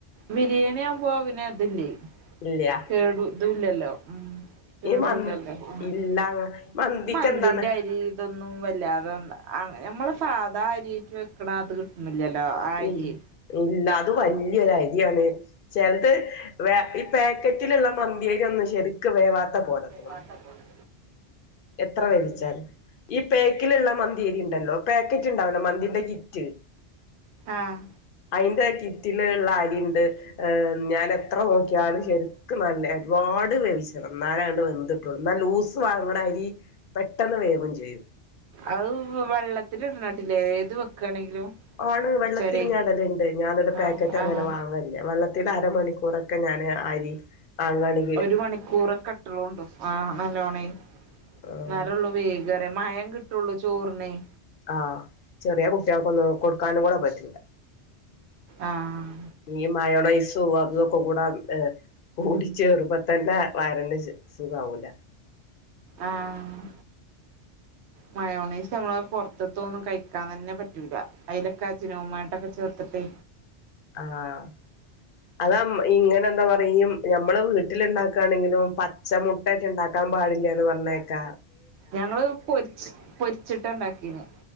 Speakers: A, on the right (about 75°); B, on the left (about 55°).
A: ബിരിയാണി ആവുമ്പോ പിന്നെ ഇതില്ലെയ്.
B: ഇല്ല്യാ
A: കേടു ഇതൂല്ലല്ലോ. ഉം, കേടൂല്ലല്ലോ?
B: മന്
A: ഈ
B: ഇല്ല മന്തിക്ക്
A: മന്തിന്റ
B: എന്താണ്
A: അരി ഇതൊന്നും വല്ലാതെ ആ നമ്മള് സാധാ അരിയിട്ട് വെ ക്ക്ണ ആ ഇത് കിട്ട്ണ്ല്ല്യല്ലോ ആ അരിയെ.
B: ഇ ഇല്ല അത് വല്ല്യൊര് അരിയാണ്. ചെലത് വേ ഈ പേക്കറ്റ്ല്ള്ള മന്തി അരി ഒന്നും ശരിക്ക് വേവാത്ത പോലത്തത്.
A: വാത്ത പോലെ.
B: എത്ര വേവിച്ചാലും ഈ പേക്കില്ള്ള മന്തിയരിണ്ടല്ലോ പാക്കറ്റ് ഇണ്ടാവോലോ മന്തിന്റെ കിറ്റ്,
A: ആഹ്.
B: അയിന്റെ കിറ്റ്ല്ള്ള അരിണ്ട്. ഏഹ് ഞാനെത്ര നോക്കിയാലും ശരിക്ക് നല്ലെ ഒരുപാട് വേവിച്ചണം ഇന്നാലേ അത് വെന്ത്- കിട്ടുള്ളു. ലൂസ് വാങ്ങ്ണ അരി പെട്ടെന്ന് വേവും ചെയ്യും.
A: അഹ് വള്ളത്തില്ട്ണാട്ടില് ഏത് വെക്കാണെങ്കിലും
B: ആണ്
A: കുറച്ചേരെ
B: വെള്ളത്തിലും ഞാൻ ഇടല്ണ്ട് ഞാന് ഇന്നിട്ട്
A: ആഹ്
B: പാക്കറ്റ്
A: ആഹ്
B: അങ്ങനെ വാങ്ങ്. ഇല്ല, വെള്ളത്തിലരമണിക്കൂറൊക്കെ ഞാന് അരി വാങ്ങ് ആണെ
A: ഒരു മണിക്കൂറൊക്കെ ഇട്ടളോണ്ടു ആഹ് നല്ലോണെയ്
B: ആഹ്
A: ഇന്നാലൊള്ളൂ വേഗം അറയാ മയം കിട്ടൊള്ളു ചോർനെയ്
B: ആഹ് ചെറ്യേ കുട്ട്യാൾക്കൊന്നും കൊടുക്കാനും കൂടെ പറ്റൂല
A: ആഹ്
B: ഈ മയോണൈസും അതും ഇതൊക്കെ കൂടെ ഏ കൂടി ചേറുമ്പതന്നെ വയറിന് സ് സുഖാവൂല
A: ആഹ് മയോണൈസ് അമ്മളെ പൊറത്ത്ത്തൊന്നും കഴിക്കാൻ തന്നെ പറ്റൂല അയിലൊക്കെ അജ്നാമേട്ടൊക്കെ ചേർത്ത്ട്ട്
B: ആഹ് അത്അ ഇങ്ങനെ എന്തോ പറയും ഞമ്മളെ വീട്ട്- വീട്ട്ല്ണ്ടാക്കാണെങ്കിലും പച്ച മുട്ടേറ്റ് ഇണ്ടാക്കാൻ പാട്ല്ല്യാന്ന് പറയ്ണേക്കാ
A: ഞങ്ങള് പൊരിച്ച് പൊരിച്ചിട്ടാ ഇണ്ടാക്കീനെ